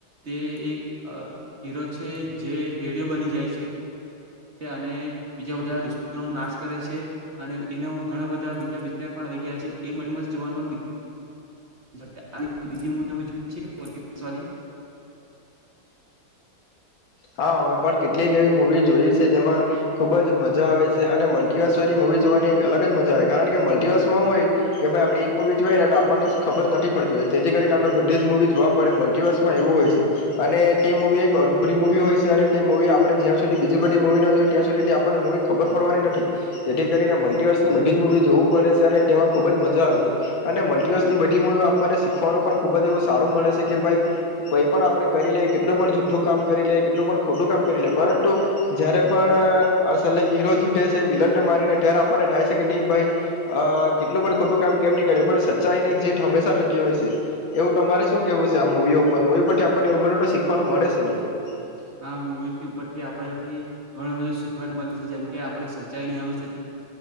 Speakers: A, on the right; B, on the left.
A: તે એક હીરો છે જે ભેડિયો બની જાય છે. અને બીજા બધા દુ્શમનોનો નાશ કરે છે અને એનો ઘણા બધા બીજા પિક્ચર પણ આવી ગયા છે એ મત જોવાનું <unintelligible> સોરી
B: હા અમે પણ કેટલીક એવી મુૂવી જોઈ છે જેમાં ખુબ જ મજા આવે છે અને મલ્ટીિવર્સ વાળી મૂવી જોવાની એક અલગ જ મજા આવે કારણ કે મલ્ટીિવર્સ માં હોય કે ભાઈ આપણે એક મૂવી જોઈએ ને આપણને ખબર નથી પડતી હોય તેથી કરીને આપડે બધી જ મુૂવી જોવા પડે મલ્ટીિવર્સમાં એવું હોય છે અને તે મૂવી એક વી હોય છે અને તે મુવી આપણે જ્યાં સુધી બીજી બધી મુવી ના જોઈએ ત્યાં સુધી આપણને મવી ખબર પડવાની નથી, જેથી કરીને મલ્ટીિવર્સની બધી જ મુૂવી જોવું પડે છે અને તેમાં ખુબ જ મજા આવે છે અને મલ્ટીિવર્સની બધી મુવીઓ આપણને શીખવાનું પણ ખૂબ જ એવું સારું મળે છે કે ભાઈ કઈ પણ આપણે કરી લઈએ કેટલું પણ જૂઠું કામ કરી લે કેટલું પણ ખોટું કામ કરી લે પરંતુ જયારે પણ અસલા હીરો જીતે છે વિલન ને મારીને ત્યારે આપણને થાય છે કે નહી ભાઈ અ કેટલું પણ ખોટું કામ કેમ નહી કરેે પણ સચ્ચાઈ ની જીત હંમેશા થતી હોય છે. એવું તમારે શું કેવું છે આ મુવીઓ પર મુવી પરથી આપણને એવું બધું શીખવાનું મળે છે ને <unintelligible>
A: આ મુવી ઉપરથી આપથી ઘણું બધું શીખવા મળે છે જેમ કે આપણે સચ્ચાઈ ની હંમેશા.